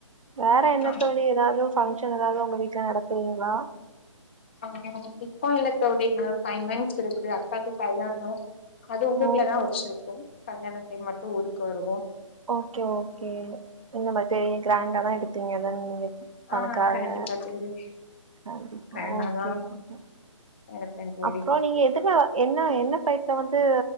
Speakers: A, on the right (about 80°); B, on the left (about 20°).
A: வேற என்னத்தோழி
B: ஆ
A: எதாவ்து ஃபங் ஷன் எதாவ்து உங்க வீட்ல நடத்துவீங்ளா?
B: ஆமா இப்ப இல்ல தோழி இன்னு ஒரு ஃபை மந்த்ஸ் இருக்கு அக்காக்கு கல்யாணோ அது ஊர்லதா
A: ஓ
B: வச்சுருக்கோ கல்யாண டைம் மட்டு ஊருக்கு வருவோ
A: ஓகே ஓகே இந்த மாதிரி கிராண்டா தா எடுப்பீங்க தான நீங்க பணக்காரங்க
B: ஆ கண்டிப்பா தோழி
A: கண்டிப்பா
B: வேண்டாதா
A: ஓகே ஓகே
B: எடுப்பே தோழி
A: அப்றோ நீங்க எதுல என்ன என்ன ஃப்ளைட்ல வந் ட்டு